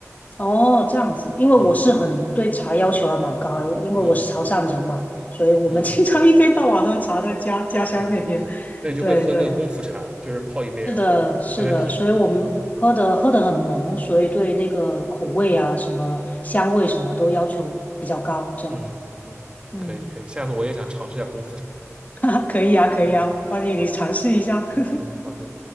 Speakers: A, on the left; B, on the right.
A: 哦，这样子，因为我是很对茶要求还蛮高的，
B: 嗯
A: 因为我是潮汕人嘛，
B: 嗯
A: 所以我们
B: 嗯，
A: <laughs> 经常一天到晚喝茶，
B: 嗯，
A: 在家家乡那边。
B: 对对对，那你就会喝那个功夫茶，
A: 对对，
B: 就是泡一杯，然后慢慢品。
A: 是的，是的，所以我们喝的喝的很浓，
B: 嗯
A: 所以对那个口味啊、什么香味什么都要求比较高，这样。
B: 嗯嗯，
A: 嗯，
B: 可以可以，下次我也想尝试一下功夫茶。
A: <laughs> 啊，可以啊，可以啊，
B: 嗯，嗯，
A: 欢迎你尝试一下。
B: 好，
A: <laughs>
B: 嗯好的。